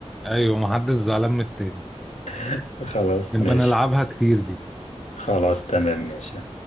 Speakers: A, in the centre; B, on the left.
A: ايوه محدش زعلان من التاني
B: <laughs> خلاص
A: نبقى
B: ماشي
A: نلعبها كتير دي
B: خلاص تمام ماشي